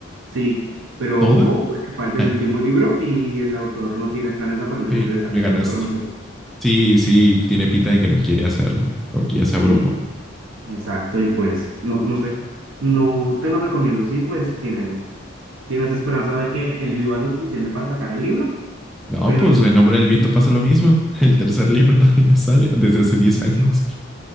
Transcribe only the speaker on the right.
sí, pero
ojo, porque falta
el último libro y el autor no tiene planes aparentemente
de sacarlo
pronto.
Y exacto, y pues, no, no sé, no te lo recomiendo, sí, pues tienes, tienes esperanza de que él viva lo suficiente para sacar el libro,
pero
no,
sí,
no,
Dios
mío,